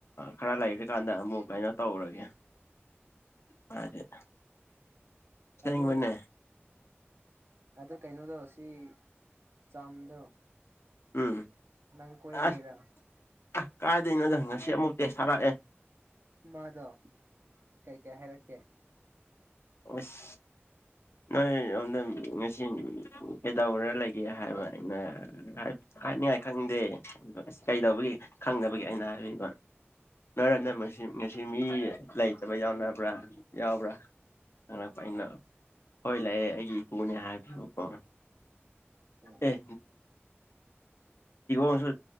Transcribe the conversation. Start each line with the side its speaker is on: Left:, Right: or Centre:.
Left: ꯈꯔ ꯂꯩꯔꯀꯥꯟꯗ ꯑꯃꯨꯛ ꯀꯩꯅꯣ ꯇꯧꯔꯒꯦ <unintelligible> ꯑꯁꯦꯡꯕꯅꯦ
Right: ꯑꯗꯨ ꯑꯗ ꯀꯩꯅꯣꯗꯣ ꯁꯤ ꯆꯥꯝꯗꯣ
Left: ꯎꯝ
Right: ꯅꯪ ꯀꯣꯏꯔꯒꯦ
Left: ꯑꯁ
Right: ꯔꯥ
Left: ꯑꯁ ꯀꯥꯏꯗꯩꯅꯣꯗ ꯉꯁꯤ ꯑꯃꯨꯛ ꯇꯦꯛꯁ ꯊꯥꯔꯛ ꯑꯦ
Right: ꯃꯥꯗꯣ ꯀꯩ ꯀꯩ ꯍꯥꯏꯔꯛ ꯀꯦ
Left: ꯑꯁ ꯅꯣꯏ ꯑꯝꯗ ꯉꯁꯤ ꯀꯩꯗꯧꯔ ꯂꯩꯒꯦ ꯍꯥꯏꯕ ꯑꯩꯅ ꯍꯥꯏꯅꯤꯡꯉꯥꯏ ꯈꯪꯗꯦ ꯑꯁ ꯀꯩꯗꯧꯕꯒꯤ ꯈꯪꯗꯕꯒꯤ ꯑꯩꯅ ꯍꯥꯏꯕꯤꯕ <unintelligible> ꯉꯁꯤ
Right: ꯑ
Left: ꯃꯤ ꯂꯩꯇꯕ ꯌꯥꯎꯅꯕ꯭ꯔꯥ ꯌꯥꯎꯕ꯭ꯔꯥ ꯑꯩꯅ ꯍꯣꯏ ꯂꯥꯛꯑꯦ ꯑꯩꯒꯤ ꯏꯄꯨꯅꯦ ꯍꯥꯏꯕꯤꯕꯀꯣ
Right: ꯎꯝ
Left: ꯑꯦ <unintelligible> ꯁꯨ